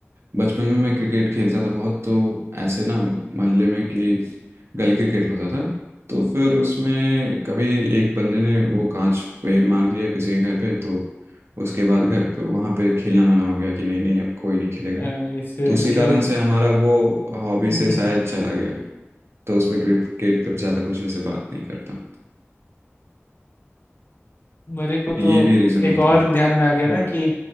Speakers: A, on the right; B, on the left.
A: बचपन में मैं क्रिकेट खेलता था बहुत तो ऐसे ना मोहल्ले में कि गली क्रिकेट होता था तो फिर उसमें कभी एक बंदे ने वो कांच पे मार दिया किसी के घर पे तो उसके बाद घर पे वहाँ पे खेलना मना हो गया कि नहीं नहीं अब कोई नहीं खेलेगा
B: अ, इससे
A: तो उसी
B: मतलब
A: कारण से हमारा वो हॉबी
B: <laughs>
A: से शायद चला गया तो उस पर क्रिकेट पे ज़्यादा कुछ वैसे बात नहीं करता
B: मेरे को तो
A: ये भी रीज़न
B: एक
A: होता
B: और
A: है
B: ध्यान
A: हम्म
B: में आ गया ना कि